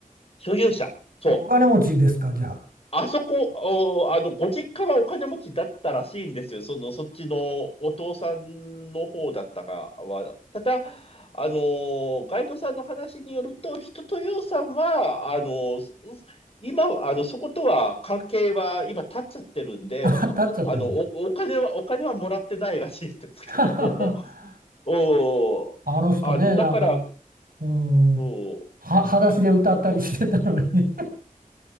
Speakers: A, on the left (about 40°); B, on the right (about 80°).
A: 所有者。そう。
B: お金持ちですか、じゃあ。
A: あそこ、お、あの、ご実家はお金持ちだったらしいんですよ。その、そっちのお父さんの方だったかは。ただ、あの、ガイドさんの話によると、人とようさんは、あの、す今、あの、そことは関係は今立っちゃってるんで、
B: <laughs> あ立っちゃってるんだ。
A: おあの、お、お金は、お金はもらってないらしいんですけど、
B: <laughs> ははは
A: <laughs> お、
B: あの人ね、
A: あの、だから、
B: なんか、うーん、は、
A: お、
B: 裸足で歌ったりしてたのに